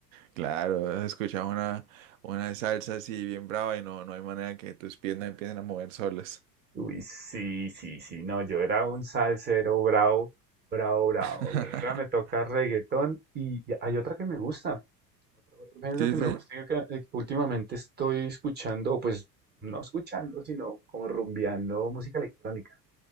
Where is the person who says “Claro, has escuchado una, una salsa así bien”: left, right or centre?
Right